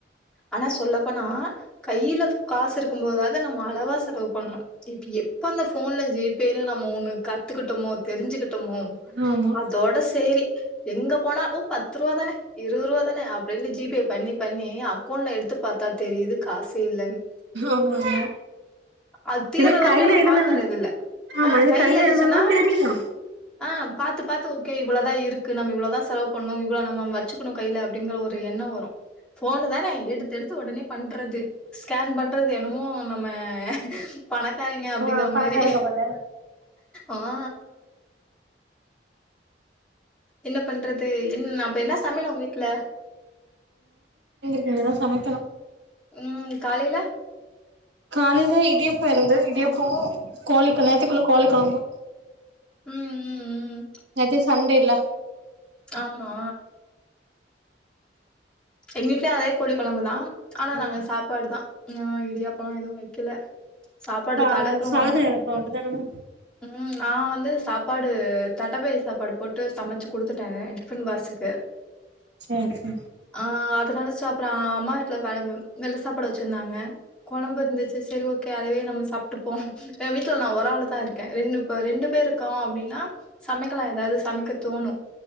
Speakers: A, in the centre; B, on the right.
A: ஆனா சொல்லப்போனா கையில காசு இருக்கும் போதாவது நம்ம அளவா செலவு பண்ணும் இப்ப எப்ப அந்த போன்ல ஜீப்பேனு நம்ம ஒண்ணு கத்துக்கிட்டோமோ தெரி்சுக்கிட் ட்டுமோ
B: தா ஆமா
A: அதோட செரி எங்க போனா ஓ பத்து ரூவா தானே இருபது ரூபா தானே அப்டின்னு ஜிபே பண்ணி பண்ணி ஃபோன்ல எடுத்து பாத்தா தெரியுது காசு இல்லைன்னு
B: ஆமா ஆமா
A: அது தீர்ற
B: இது
A: வரைக்கும்
B: கையில
A: நம்ம
B: இருந்த
A: பாக்கற இது இல்ல
B: ஆமா
A: ஆஹ்
B: இது
A: கையில இருந்துச்சுன்னா
B: இருந்தன்னா தெரியு
A: ஆஹ் பாத்து பாத்து ஓகே இவ்வளோதா இருக்கு நம்ம இவ்ளத செலவு பண்ணும் இவ்வளோ நம்ம வச்சுக்கும் கையில அப்டிங்கற ஒரு எண்ணம் வரும் போனு தானே எடுத்து எடுத்து உடனே பண்றது ஸ்கேன் பண்றது என்னமோ நம்ம பணக்காரைங்க அப்டிங்கற
B: ஆ பணக்காரங்க
A: மாரி
B: போல
A: ஆஹ என்ன பண்றது என் அம் இப்ப என்ன சமையல் உங்க வீட்டுல
B: இனிமே தா சமைக்கணு
A: ம் காலையில
B: காலையில இடியப்பாம் இருந்தது இடியப்பம் கோழிக்கு நேத்துக்குள்ள கோழி கொழம்பு
A: உம் உம் உம்
B: நேத்து சண்டேல்ல
A: ஆமா எங்க வீட்டுலே அதே கோழி குழம்பு தான் ஆனா
B: ம்
A: நாங்க சாப்பாடு தான் ஆஹ் இடியாப்பா எதுவும் வைக்கல சாப்பாடு
B: காஹ
A: கலப்புறோ
B: சாத இரக்கோ அப்டிதானமா
A: ம் நான் வந்து சாப்பாடு தட்டைப்பை சாப்பாடு போட்டு சமைச்சு குடுத்துட்டே டிஃபன் பாக்ஸுக்கு
B: செரி செரி
A: ஆ அதனாலச்சப்புறம் அம்மா வீட்டுல வெல்ல சாப்பாடு வச்சிருந்தாங்க குழம்பு இருந்துச்சு செரி ஓகே அதவே நம்ம சாப்பட்டுப்போம் வீட்டுல நான ஒரு ஆள் தான் இருக்கேன் ரெண்டு ரெண்டு பேர் இருக்கோம் அப்டின்னா சமைக்கலாம் ஏதாவது சமைக்க தோணும்